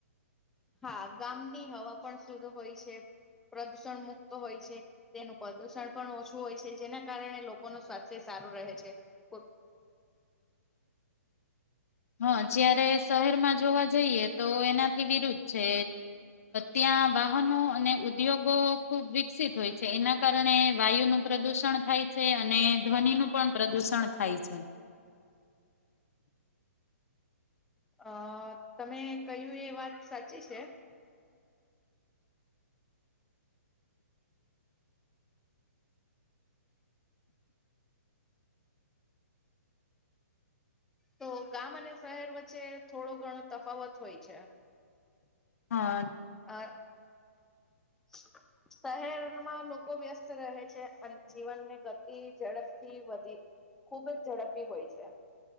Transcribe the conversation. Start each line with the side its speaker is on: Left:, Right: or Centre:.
Centre: હા ગામની હવા પણ સુુદ હોય છે. પ્રદૂષણ મુક્ત હોય છે તેનું પ્રદુષણ પણ ઓછું હોય છે જેના કારણે લોકોનું સ્વાસ્થ્ય સારું રહે છે કો
Left: હા જયારે શહેરમાં જોવા જઈએ તો એનાથી વિરુદ્ધ છે ત્યાં વાહનો અને ઉદ્યોગો ખુબ વિકસિત હોય છે એના કારણે વાયુનું પ્રદુષણ થાય છે અને ધ્વનિનું પણ પ્રદૂષણ થાય છે. <inaudible>
Centre: અ તમે કયું એ વાત સાચી છે. તો ગામ અને શહેર વચ્ચે થોડો ઘણો તફાવત હોય છે.
Left: હા
Centre: અ શહેરમાં લોકો ખૂબ વ્યસ્ત રહે છે અને જીવનની ગતિ ઝડપથી વધી ખૂબ જ ઝડપી હોય છે.